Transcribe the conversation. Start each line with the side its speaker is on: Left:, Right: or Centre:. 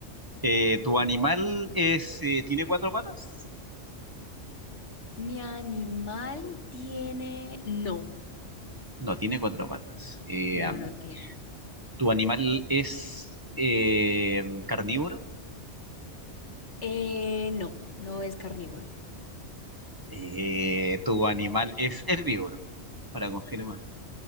Right: eh, ¿tu animal es, eh, tiene cuatro patas?
Left: Mi animal tiene... No,
Right: No, tiene cuatro patas. Eh,
Left: no,
Right: am,
Left: no tiene.
Right: ¿tu animal es eh, carnívoro?
Left: Eh, no, no es carnívoro,
Right: Eh, ¿tu animal es herbívoro? Para confirmar.